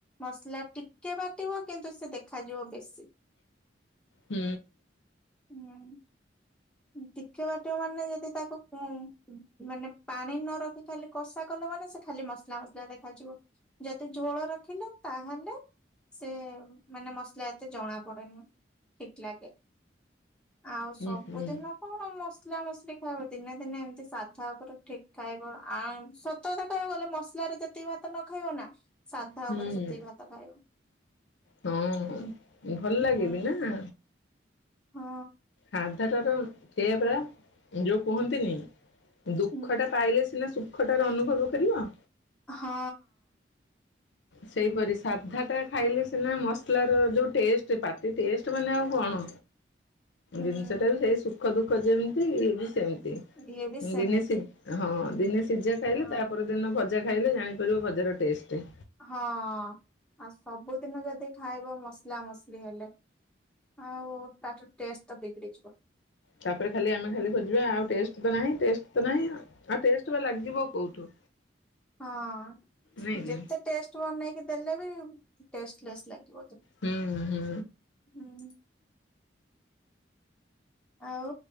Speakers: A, in the centre; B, on the left.
A: ମସଲା ଟିକେ ବାଟିବ କିନ୍ତୁ ସେ ଦେଖାଯିବ ବେଶୀ।
B: ହୁଁ।
A: ହୁଁ। ଟିକେ ବାଟିବ ମାନେ ଯଦି ତାକୁ ପୁ ମାନେ ପାଣି ନରଖି ଖାଲି କଷା କଲ। ମାନେ ସେ ଖାଲି ମସଲା ମସଲା ଦେଖାଯିବ ଯଦି ଝୋଳ ରଖିଲ ତାହେଲେ। ସେ ମାନେ ମସଲା ଏତେ ଜଣା ପଡ଼େ ନି ଠିକ୍ ଲାଗେ। ଆଉ
B: ହୁଁ
A: ସବୁଦିନ
B: ହୁଁ
A: କଣ ମସ ମସଲା ମସଲି ଖାଇବ ଦିନେ ଦିନେ ଏମିତି ସାଧା ଉପରେ ଠିକ୍ ଖାଇବ ଆ ସତ କଥା କହିବାକୁ ଗଲେ ମସଲା ରେ ଯେତିକି ଭାତ ନ ଖାଇବ ନା ସାଧା
B: ହୁଁ
A: ଉପରେ ସେତିକି ଭାତ ଖାଇବ।
B: ହଁ ଭଲ
A: ହୁଁ
B: ଲାଗେ ବିନା।
A: ହଁ।
B: ସାଧାଟା ର ସେୟା ପରା ଯୋଉ କୁହନ୍ତିନି ଦୁଃଖ
A: ହୁଁ
B: ଟା ପାଇଲେ ସିନା ସୁ ଖ ଟାର ଅନୁଭବ କରିବ।
A: ହଁ।
B: ସେଇପରି ସାଧା ଟା ଖାଇଲେ ସିନା ମସଲା ର ଯୋଉ ଟେଷ୍ଟ ପାଟି ଟେଷ୍ଟ ମାନେ ଆଉ କଣ
A: ହୁଁ
B: ଜିନିଷଟା ବି ସେଇ ସୁଖ ଦୁଃଖ ଦୁଃଖ ଯେମିତି ଇଏବି ସେମ୍ ତି
A: ଇଏ ବି ସେମିତି
B: ଦିନେ ସ ହଁ ଦିନେ ସିଝା ଖାଇଲେ
A: ହଁ।
B: ତାପରେ ଦିନ ଭଜା ଖାଇଲେ ଜାଣିପାରିବ ଭଜାର ଟେଷ୍ଟ।
A: ହଁ ଆଉ ସବୁଦିନ ଯଦି ଖାଇବ ମସଲା ମସଲି ହେଲେ। ଆଉ ତାର ଟେଷ୍ଟ ତ ବିଗିଡିଛି।
B: ତାପରେ ଖାଲି ଆମେ ଖାଲି ଖାଯିବା ଆଉ ଟେଷ୍ଟ ନାହିଁ ଟେଷ୍ଟ ନାହିଁ ଆଉ ଟେଷ୍ଟେ। ଲାଜୀବ କୋଉଠୁ।
A: ହଁ।
B: ନାଇଁ କି
A: ଯେତେ ଟେଷ୍ଟ ବନେଇକି ଦେଲେ ବି ଟଷ୍ଟଲେସ୍ ଲାଗିବ ଯେମ୍ ତି।
B: ହୁଁ ହୁଁ
A: ହୁଁ। ଆଉ